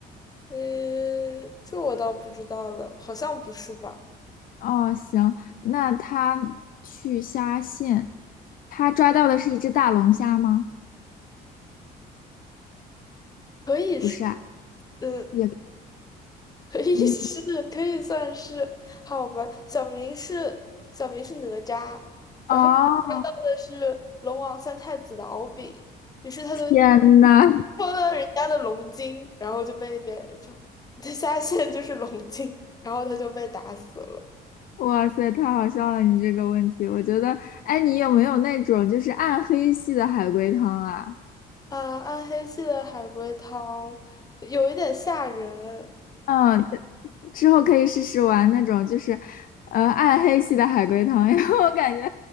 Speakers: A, on the left; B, on the left.
A: 呃，这我倒不知道了，好像不是吧？
B: 哦，行，那他去虾线，他抓到的是一只大龙虾吗？
A: 可以是，
B: 不是啊，
A: 嗯，
B: 也，
A: 可以
B: 嗯，
A: <laughs> 是，可以算是，好吧。小明是小明是哪吒，然后抓到的是龙王三太子的敖丙，
B: 哦，
A: 于是他
B: 天呐，
A: 偷了人家的龙筋，然后就被别就 <laughs> 下线就是龙筋，然后他就被打死了。
B: 哇塞，太好笑了，你这个问题，我觉得，哎，你有没有那种就是暗黑系的海龟汤啊？
A: 啊，暗黑系的海龟汤有一点吓人。
B: 嗯，之后可以试试玩那种就是，呃，暗黑系的海龟汤，<laughs> 因为我感觉